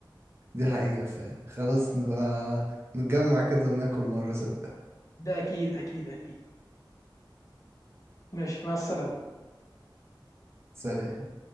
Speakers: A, on the right; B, on the left.
A: دي حقيقة فعلا خلاص نبقى نتجمع كده وناكل مرة سوا
B: ده أكيد أكيد أكيد ماشي مع السلامة
A: سلام